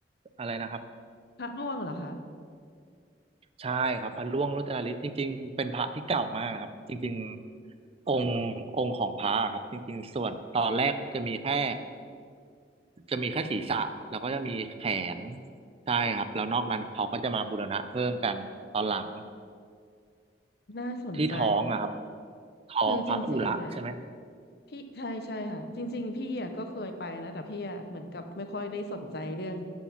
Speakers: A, on the right; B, on the left.
A: อะไรนะครับ
B: พระร่วงเหรอคะ
A: ใช่ครับพระร่วงโรจนฤทธิ์จริงๆเป็นพระที่เก่ามากนะครับจริงๆองค์องค์ของพระครับจริงๆส่วนตอนแรกจะมีแค่จะมีแค่ศีรษะแล้วก็จะมีแขนใช่ครับแล้วนอกนั้นเขาก็จะมาบูรณะเพิ่มกันตอนหลัง
B: น่าสนใจ
A: ที่ท้องอะครับท้องพระอุระใช่ไหม
B: คือจริงๆอ่ะ พี่ใช่ใช่ค่ะจริงๆพี่อ่ะก็เคยไปนะแต่พี่อ่ะเหมือนกับไม่ค่อยได้สนใจเรื่อง